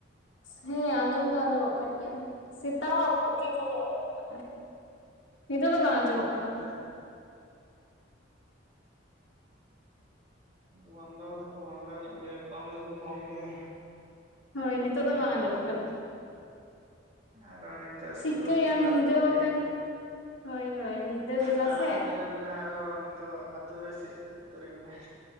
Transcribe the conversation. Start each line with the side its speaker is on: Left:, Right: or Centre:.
Left: ᱦᱮᱸ ᱟᱸᱡᱚᱢ ᱫᱚ ᱟᱸᱡᱚᱢᱚᱜ ᱠᱟᱱ ᱜᱮᱭᱟ ᱥᱮᱛᱟ ᱣᱟᱜ ᱵᱷᱩᱜ ᱜᱮ ᱠᱷᱟᱹᱞᱤ ᱟᱸᱡᱚᱢᱚᱜ ᱠᱟᱱᱟ ᱱᱤᱛᱚᱜ ᱫᱚ ᱵᱟᱝ ᱟᱸᱡᱚᱢᱚᱜ
Right: ᱜᱟᱱᱚᱜᱼᱟ
Left: ᱠᱟᱱᱟ
Right: ᱮᱱᱛᱮᱫ ᱵᱚᱱᱫᱚ ᱫᱚᱠᱚ ᱵᱚᱱᱫᱚ ᱧᱚᱜ ᱠᱮᱫᱟ ᱠᱚᱢ ᱫᱚᱠᱚ ᱠᱚᱢ ᱠᱮᱫᱟ
Left: ᱦᱳᱭ ᱱᱤᱛᱚᱜ
Right: ᱛᱟᱦᱟᱨᱟ
Left: ᱫᱚ ᱵᱟᱝ ᱟᱸᱡᱚᱢᱚᱜ ᱠᱟᱱᱟ᱾
Right: ᱱᱤᱛᱚᱜ ᱟᱨᱚ ᱱᱤᱛᱚᱜ
Left: ᱪᱤᱠᱟᱹᱭᱟᱢ
Right: ᱥᱤᱠᱩᱨᱤᱴᱤ ᱜᱟᱲ
Left: ᱧᱤᱫᱟᱹ
Right: ᱠᱩ ᱦᱮᱡ
Left: ᱟᱠᱟᱱᱟ᱾
Right: ᱠᱟᱱᱟ
Left: ᱦᱳᱭ ᱦᱳᱭ ᱧᱤᱫᱟᱹ ᱵᱮᱞᱟ
Right: ᱛᱟᱞᱟ
Left: ᱥᱮ
Right: ᱧᱤᱫᱟᱹ ᱠᱟᱱᱟ ᱟᱨᱚ ᱱᱤᱛᱚᱜ ᱟᱛᱩ ᱨᱮ ᱥᱤ ᱟᱛᱩ ᱨᱮᱧ ᱢᱮᱱᱮᱜ